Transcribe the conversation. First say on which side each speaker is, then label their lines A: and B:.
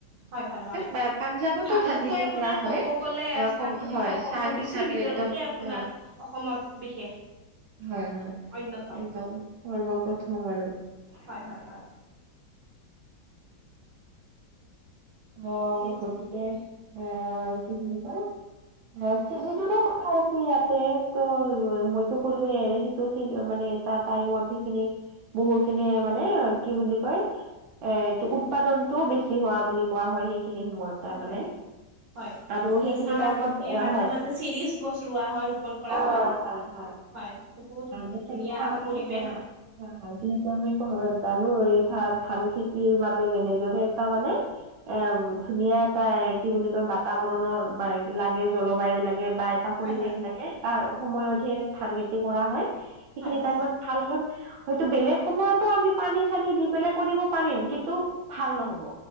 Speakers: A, on the right; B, on the right.
A: হয় হয় হয়।
B: বা পাঞ্জাৱতো
A: ধানতকৈ
B: ধান খেতি
A: আপোনাৰ
B: কৰা হয়।
A: কব গ'লে
B: অ',
A: চাহ
B: কব
A: খেতিটো
B: হয়
A: অসমৰ
B: চাহ
A: বিশ্বৰ
B: চাহটো
A: ভিতৰতে
B: একদম
A: আপোনাৰ
B: অ',
A: অসমত বিশেষ
B: হয় হয়
A: অন্যতম।
B: একদম সৰ্বপ্ৰথম আৰু।
A: হয় হয় হয়
B: অ
A: উম।
B: গতিকে এ কি বুলি কয় হয় চিজেনৰো কথা আছে ইয়াতে ত মইতো কলোৱে সেইটো চ মানে এটা টাইমত সেইখিনি বহু খিনিয়ে মানে কি বুলি কয় এ এইটো উৎপাদনতটোও বেছি হোৱা বুলি কোৱা হয় সেইখিনি সময়ত
A: হয়
B: তাৰ মানে
A: হয় হয় হয়
B: আৰু
A: আপোনাৰ
B: সেইখিনি
A: চাহ
B: টাইপত
A: খেতিৰ মাজে
B: হয়
A: মাজে চিৰিজ গছ ৰোৱা হয় ৰোপন কৰা
B: আহ
A: হয় হয় সেইটো বহুত
B: যিহেতু
A: ধুনীয়া এটা
B: আমি
A: পৰিৱেশ
B: অ' যিহেতু আমি জানোঁ এই ধান ধান খেতিৰ বাবে যেনেদৰে এটা মানে এ ধুনীয়া এটা কি বুলি কয় বাতাবৰণৰ বাইট লাগে জলবায়ু লাগে বা এটা
A: হয়
B: পৰিবেশ
A: হয়
B: লাগে এটা সময়তহে ধান খেতি কৰা হয়। সেইখিনি
A: হয় হয়
B: টাইমত
A: হয়
B: ভাল হয়তো বেলেগ সময়তো আমি পানী চানী দি পেলাই কৰিব পাৰিম, কিন্তু ভাল নহব।